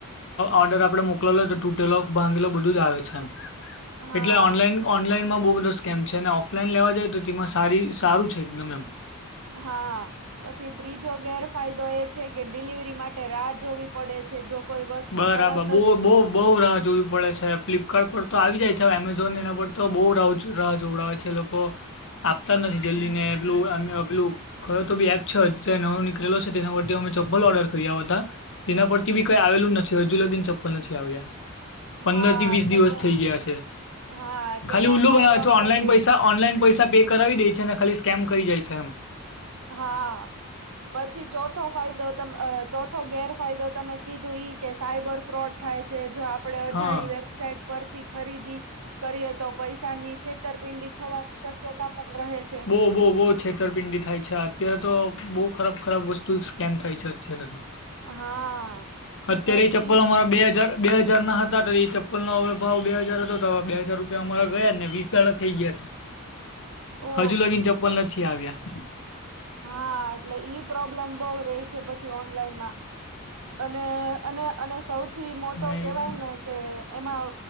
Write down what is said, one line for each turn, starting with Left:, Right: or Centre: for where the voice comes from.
Left: ઓર્ડર આપણે મોકલો તો તૂટેલો ભાંગેલો બધું જ આવે છે એમ.
Right: હા
Left: એટલે ઓનલાઈન, ઓનલાઈનમાં બહુ બધો સ્કેમ છે અને ઓફલાઈન લેવા જાય તો તેમાં સારી, સારું છે એકદમ એમ.
Right: હા, પછી ત્રીજો ગેરફાયદો એ છે કે ડિલિવરી માટે રાહ જોવી પડે છે. જો કોઈ વસ્તુ
Left: બરાબર.
Right: તરત
Left: બહુ બહુ બહુ રાહ જોવી પડે છે. છે ફ્લિપકાર્ટ પર તો આવી જાય છે. હવે એમેઝોન એના પર તો બહુ રા રાહ જોડાવે છે. છે લોકો આપતા નથી જલ્દીને એ પેલું અને પેલું કરો તો બી એપ છે. અત્યારે નવો નીકળેલો છે તેના પર અમે ચપ્પલ ઓર્ડર કર્યા હતા. એના પરથી બી કઈ આવેલું નથી હજુ લગીન ચપ્પલ નથી આવ્યા.
Right: જ
Left: પંદર
Right: હા
Left: થી વીસ
Right: એટલે
Left: દિવસ
Right: તે
Left: થઈ ગયા છે.
Right: હા તેનો
Left: ખાલી ઉલ્લું
Right: બહુ
Left: બનાવે
Right: પ્રોબ્લેમ
Left: છો. ઓનલાઈન
Right: રહી
Left: પૈસા
Right: છે
Left: ઓનલાઈન પૈસા પે કરાવી દે છે ને ખાલી સ્કેમ કરી જાય છે એમ.
Right: હા. પછી ચોથો ફાયદો ત ચોથો ગેરફાયદો તમે કીધું ઈ. કે સાયબર ફ્રોડ થાય છે. જો આપડે અજાણી
Left: હા
Right: વેબસાઇટ પરથી ખરીદી કરીએ તો પૈસાની છેતરપિંડી થવાની શક્યતા પણ રહે છે.
Left: બહુ બહુ બહુ છેતરપિંડી થાય છે. અત્યારે તો બહુ ખરાબ ખરાબ વસ્તુ સ્કેમ થાય છે અત્યારે.
Right: હા
Left: અત્યારે
Right: પછી
Left: એ ચપ્પલ અમારા બે હજાર બે હાજારના હતા તો એ ચપ્પલનો હવે ભાવ બે હાજાર હતો તો હવે બે હાજાર રૂપિયા અમારા ગયાને વીસ દાડા થઈ ગયા છે.
Right: ઓ
Left: હજુ લગીન ચપ્પલ નથી આવ્યા.
Right: હા, એટલે ઈ પ્રોબ્લેમ બહુ રહી છે. પછી ઓનલાઈનમાં અને, અને, અને સૌથી મોટો
Left: ના
Right: કેવાયને
Left: એ
Right: કે એમાં